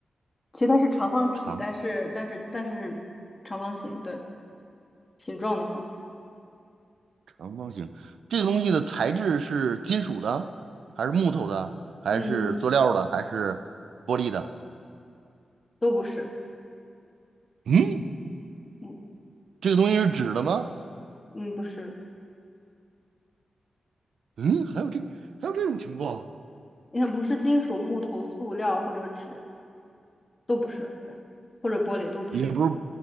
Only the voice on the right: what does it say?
长
长方形？这个东西的材质是金属的，还是木头的，还是塑料的，
还是玻璃的？
嗯，
这个东西是纸的吗？
嗯，还有这还有这种情况，
也不是